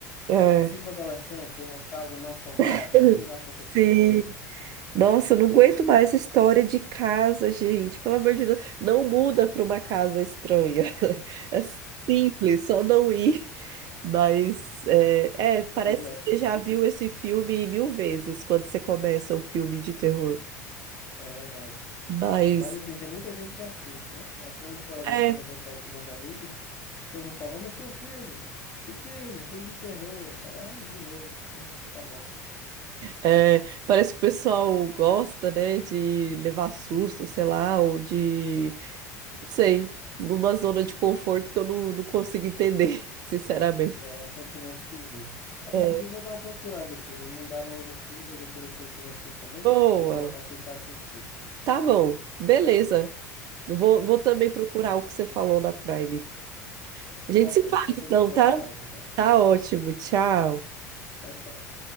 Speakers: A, on the right; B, on the left.
A: É.
B: Cinco adolescentes em uma casa mal-assombrada.
A: <laughs>
B: O que irá acontecer
A: Sim.
B: com eles?
A: Nossa, eu não aguento mais história de casa, gente. Pelo amor de Deus, não muda para uma casa estranha. <laughs> É simples, só não ir. Mas é, é, parece
B: Pois é,
A: que você já
B: e-
A: viu esse filme mil vezes quando você começa um filme de terror.
B: é verdade.
A: Mas
B: Mas assim, tem muita gente que assiste, né? É filme que, por exemplo,
A: é,
B: quando eu vou sair com meus amigos, todo mundo fala, vamos assistir um filme. Que filme? Filme de terror. Aí, ah, de novo. Hum, tá bom.
A: é, parece que o pessoal gosta, né, de levar susto, sei lá, ou de, não sei, numa zona de conforto que eu não, não consigo entender, <laughs> sinceramente.
B: É um sentimento esquisito. É,
A: É,
B: inclusive, vou dar uma procurada aqui. Me mandaram alguns filmes, eu gostei das suas sugestões também.
A: boa.
B: Vou colocar aqui para assistir.
A: Tá bom, beleza. Vou, vou também procurar o que você falou na Prime. A gente
B: Tá bom,
A: se fala
B: depois
A: então,
B: a gente conversa
A: tá?
B: mais então.
A: Tá ótimo, tchau.
B: Tchau, tchau.